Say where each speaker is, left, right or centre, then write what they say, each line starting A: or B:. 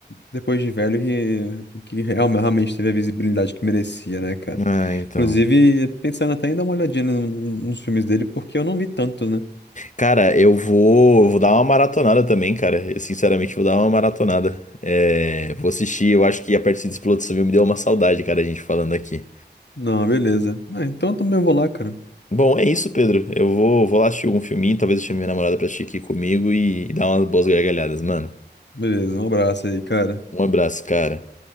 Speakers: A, on the left; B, on the left.
A: depois de velho, que, que real- realmente teve a visibilidade que merecia, né, cara?
B: Ah, então.
A: Inclusive, pensando até em dar uma olhadinha no- nos filmes dele, porque eu não vi tantos, né?
B: Cara, eu vou, vou dar uma maratonada também, cara. Eu sinceramente vou dar uma maratonada. É, vou assistir, eu acho que a parte de explosão Civil me deu uma saudade, cara, a gente falando aqui.
A: Não, beleza. Ah, então eu também vou lá, cara.
B: Bom, é isso, Pedro. Eu vou, vou lá assistir algum filminho, talvez eu chame minha namorada pra assistir aqui comigo e, e dar umas boas gargalhadas, mano.
A: Beleza, um abraço aí, cara.
B: Um abraço, cara.